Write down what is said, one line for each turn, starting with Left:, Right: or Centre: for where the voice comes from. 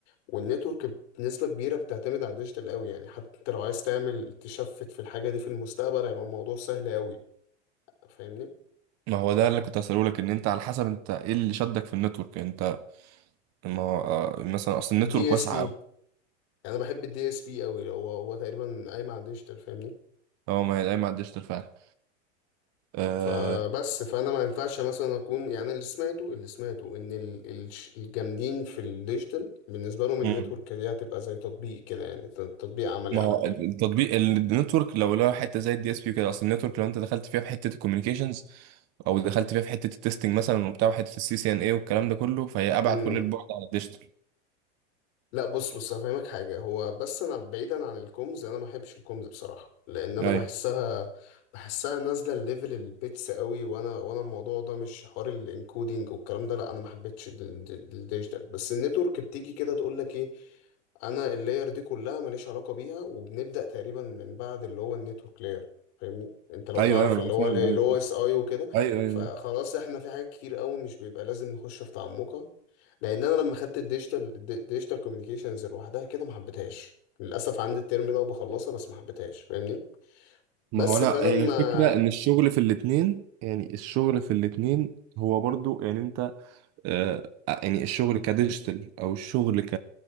Left: والنتورك بنسبه كبيره بتعتمد على الديجيتال قوي يعني حتى انت لو عايز تعمل تشفت في الحاجه دي في المستقبل هيبقى الموضوع سهل قوي فاهمني
Right: ما هو ده اللي كنت هسأله لك ان انت على حسب انت ايه اللي شدك في النتورك انت ما هو آه، مثلا اصل النتورك
Left: الدي اس
Right: واسعه
Left: بي
Right: قوي
Left: يعني انا بحب الدي اس بي قوي هو هو تقريبا قايم على الديجيتال فاهمني
Right: اه ما هي دايما على الديجيتال فعلا آه،
Left: فبس فانا ما ينفعش مثلا اكون يعني اللي سمعته اللي سمعته ان ال- ال- الجامدين في الديجيتال بالنسبه لهم النتورك
Right: مم.
Left: دي هتبقى زي تطبيق كده يعني ت- تطبيق عملي
Right: ما
Left: على
Right: هو التطبيق ال- النتورك لو لها حته زي الدي اس بي كده اصل النتورك لو انت دخلت فيها في حته الكوميونيكيشنز او دخلت فيها في حته التستنج مثلا وبتاع وحته السي سي ان اي والكلام ده كله فهي ابعد
Left: الكلام
Right: كل البعد عن الديجيتال
Left: لا بص بص هفهمك حاجة هو بس أنا بعيدا عن الكومز أنا ما بحبش الكومز بصراحة لأن أنا
Right: ايوه
Left: بحسها بحسها نازلة الليفل البيتس قوي وأنا وأنا الموضوع ده مش حوار الانكودينج والكلام ده لا أنا ما حبيتش ال- ال- الديجيتال بس النتورك بتيجي كده تقول لك إيه أنا اللاير دي كلها ماليش علاقة بيها وبنبدأ تقريبا من بعد اللي هو النتورك لاير فاهمني انت لو
Right: ايوه
Left: تعرف
Right: ايوه
Left: اللي
Right: انا
Left: هو
Right: فاهم
Left: اللي
Right: ايوه
Left: هو اس اي وكده
Right: ايوه ايوه
Left: فخلاص احنا في حاجات كتير قوي مش بيبقى لازم نخش في تعمقها لان انا لما خدت الديجيتال الديجيتال كوميونيكيشنز لوحدها كده ما حبيتهاش للاسف عندي الترم ده وبخلصها بس ما حبيتهاش فاهمني بس
Right: ما هو انا
Left: فانا
Right: هي
Left: ما
Right: الفكره ان الشغل في الاتنين يعني الشغل في الاتنين هو برضو يعني انت آه يعني الشغل كديجيتال او الشغل ك